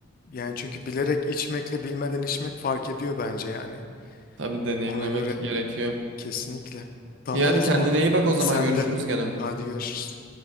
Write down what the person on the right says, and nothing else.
Tabii deneyimlemek
gerekiyor.
İyi hadi
kendine iyi bak o zaman
görüşürüz
gene.